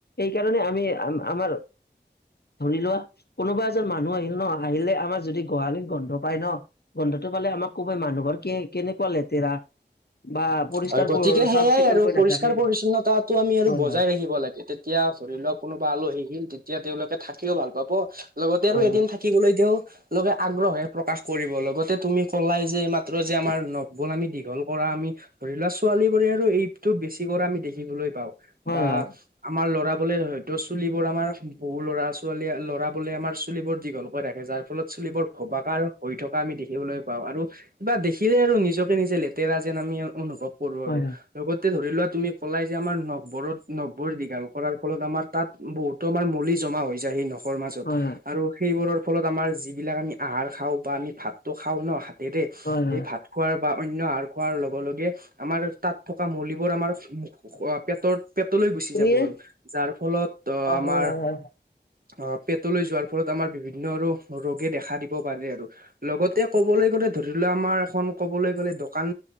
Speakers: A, on the left (about 60°); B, on the right (about 50°).
A: এই কাৰণে আমি আম-আমাৰ।
B: <inaudible>
A: ধৰি লোৱা কোনোবা এজন মানুহ আহিল নহ আহিলে আমাৰ যদি গোহালিত গোন্ধ পায় নহ। গোন্ধটো পালে আমাক কবই মানুহ ঘৰ কে-কেনেকুৱা লেতেৰা। বা পৰিষ্কাৰ
B: হয় গতিকে সেইয়াই
A: চাফ চিকুণকৈ
B: আৰু পৰিষ্কাৰ
A: নাথাকে
B: পৰিছন্নতাটো আমি আৰু
A: হয়
B: বজাই ৰাখিব লাগে তেতিয়া ধৰি লওঁক। কোনোবা আলহী আহিল তেতিয়া তেওঁলোকে থাকিও ভাল পাব লগতে আৰু
A: হয়
B: এদিন থাকিবলৈ তেওঁ। লোকে আগ্ৰহে প্ৰকাশ কৰিব লগতে তুমি ক'লাই যে মাত্ৰ যে আমাৰ নখবোৰ আমি দীঘল কৰা আমি। ধৰি লোৱা ছোৱালীবোৰে আৰু এইটো বেছি কৰা আমি দেখিবলৈ পাওঁ
A: হয়
B: বা
A: হয়
B: আমাৰ ল'ৰা। বোলে হয়তো চুলিবোৰ আমাৰ বহু ল'ৰা-ছোৱালী ল'ৰা বোলে আমাৰ চুলিবোৰ দীঘলকৈ ৰাখে যাৰ ফলত। চুলিবোৰ ভবাকা আৰু। হৈ থকা আমি দেখিবলৈ পাওঁ আৰু কিবা দেখিলে আৰু নিজকে নিজে লেতেৰা যেন আমি অনুভৱ। কৰোঁ
A: হয়
B: আৰু
A: হয় হয়
B: লগত। <unintelligible> ধৰি লোৱা তুমি কলাই যে আমাৰ নখবোৰত নখবোৰ দীঘাল কৰাৰ ফলত আমাৰ তাত বহুতো আমাৰ মলি। জমা হৈ যায় সেই নখ। খৰ মাজত
A: হয়
B: আৰু সেইবোৰৰ ফলত আমাৰ যিবিলাক আমি আহাৰ খাওঁ বা আমি ভাতটো খাওঁ নহ। দেৰে
A: হয় হয় হয় হয় হয়
B: এই ভাত খোৱা বা অন্য আহাৰ খোৱাৰ লগে লগে। আমাৰ তাত থকা মলিবোৰ আমাৰ পেটৰ, পেট। তলৈ গুচি
A: তুমিয়ে
B: যাব আৰু যাৰ ফলত অ আমাৰ
A: হয় হয় হয়
B: অ পেটলৈ যোৱাৰ। ফলত আমাৰ বিভিন্ন আৰু ৰোগে দেখা দিব পাৰে আৰু লগতে ক'বলৈ গ'লে ধৰি লোৱা আমাৰ। এখন কবলৈ গ'লে দোকান